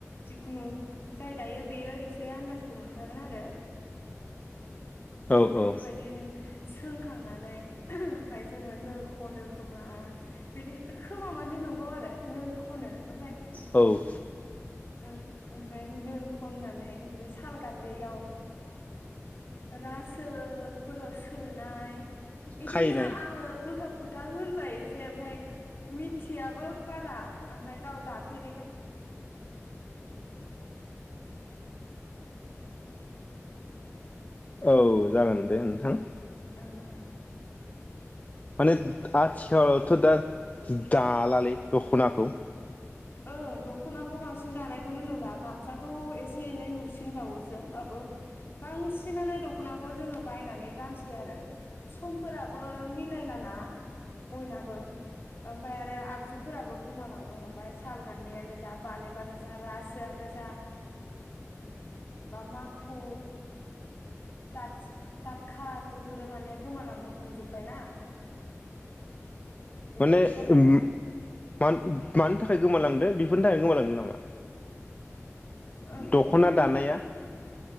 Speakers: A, on the left; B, on the left.
A: जिखुनु जाय दायो बेयो एसे आन्दाजखौ मोनखागोन आरो ओ
B: औ
A: बेफोरबायदिनो
B: औ
A: सोंखांनानै ओमफाय जोङो नो खनो खोमा बिदि खोमा माने नंगौ आरो नो खनो ओमफाय
B: औ
A: ओं ओमफाय नो खननानै बिदिनो साल गान्दैयाव रासोफोराव सोनाय इदिनो
B: खायनाय
A: आङो उल्था फुल्था होनबाय <unintelligible> ओमफाय मिथियाबो बारा ओमफाय गाव दाफे
B: औ जागोन दे नोंथां
A: ओं ओं
B: माने आथिखालावथ' दा दालालै दख'नाखौ
A: ओं दख'नाखौ बांसिन दानायखौनो नुला गामसाखौ एसे एनै नुसिनबावोसो होमबाबो बांसिनानो दख'नाखौ जोङो बायनानै गानसै आरो समफोराबो मिलायलाना बयनाबो ओमफाय आरो आगजुफोराबो गोमालांनो हम बाय साल गान्दैआनो जा बालेबानो जा रासोआनो जा बा माखु तातस ताथखाल बेफोरो माने गोमालांनो हमजोब्बायना? बेफोरनि
B: माने
A: थाखाय
B: उम
A: माने
B: मान मान थाखाय गोमालांदो बेफोरनि थाखाय गोमाला <unintelligible> नामा?
A: ओं
B: दख'ना
A: बेफोरनि
B: दानाया
A: थाख